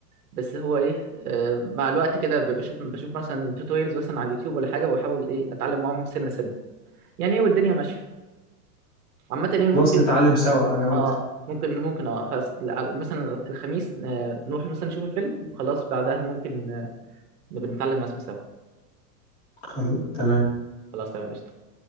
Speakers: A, on the right; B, on the left.
A: بس هو ايه آه، مع الوقت كده ب- بشوف بشوف مثلا توتوريالز مثلا على اليوتيوب ولا حاجه واحاول ايه اتعلم معاهم سنه سنه يعني ايه والدنيا ماشيه عامه ايه
B: خلاص
A: ممكن
B: نتعلم سوا انا وانت
A: اه ممكن ممكن اه خلاص على- مثلا الخميس آه، نروح مثلا نشوف الفيلم وخلاص بعدها ممكن آه، نبقى نتعلم مع اسم سوا
B: خلاص، تمام
A: خلاص تمام قشطة